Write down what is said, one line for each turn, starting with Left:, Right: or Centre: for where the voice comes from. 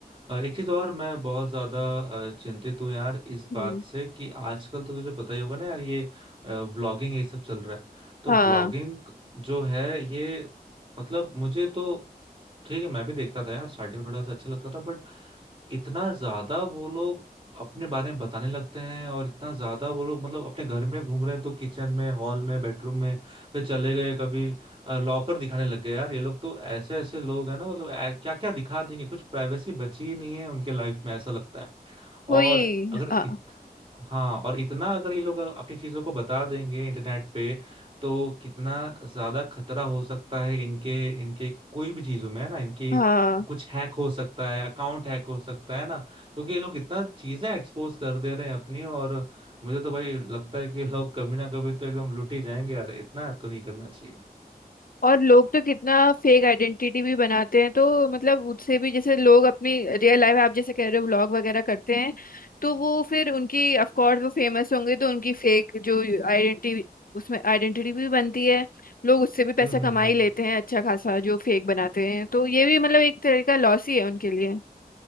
Right: अ, एक चीज और मैं बहुत ज्यादा अ, चिंतित हूँ यार इस
Left: हम्म
Right: बात से कि आजकल तो तुझे पता ही होगा ना यार ये व्लॉगिंग ये सब चल रहा है तो
Left: हाँ
Right: व्लॉगिंग जो है ये मतलब मुझे तो ठीक है मैं भी देखता था यार स्टार्टिंग में थोड़ा सा अच्छा लगता था बट इतना ज्यादा वो लोग अपने बारे में बताने लगते हैं और इतना ज्यादा वो लोग मतलब अपने घर में घूम रहे हैं तो किचन में हॉल में बेडरूम में फिर चले गए कभी लॉकर दिखाने लग गए यार ये लोग तो ऐसे ऐसे लोग हैं ना मतलब क्या क्या दिखा देंगे कुछ प्राइवेसी बची ही नहीं है उनके लाइफ में ऐसा लगता है
Left: वही
Right: और अगर
Left: हाँ
Right: इत, हाँ और इतना अगर ये लोग अपनी चीजों को बता देंगे इंटरनेट पे तो कितना ज्यादा खतरा हो सकता है इनके इनके कोई भी चीजों में है ना इनकी
Left: हाँ
Right: कुछ हैक हो सकता है अकाउंट हैक हो सकता है ना क्योंकि ये लोग इतना चीजें एक्सपोज कर दे रहे हैं अपनी और मुझे तो भाई लगता है कि ये लोग कभी ना कभी तो एकदम लुट ही जाएंगे यार इतना तो नहीं करना चाहिए
Left: और लोग तो कितना फेक आइडेंटिटी भी बनाते हैं तो मतलब उससे भी जैसे लोग अपनी रियल लाइफ आप जैसे कह रहे हो व्लॉग वगैरह करते हैं तो वो फिर उनकी ऑफ कोर्स वो फेमस होंगे तो उनकी फेक जो आइडेंटिटी उसमें आइडेंटिटी भी बनती है लोग उससे भी पैसा
Right: हम्म
Left: कमा
Right: हम्म हम्म
Left: ही लेते हैं अच्छा खासा जो फेक बनाते हैं तो ये भी मतलब एक तरह का लॉस ही है उनके लिए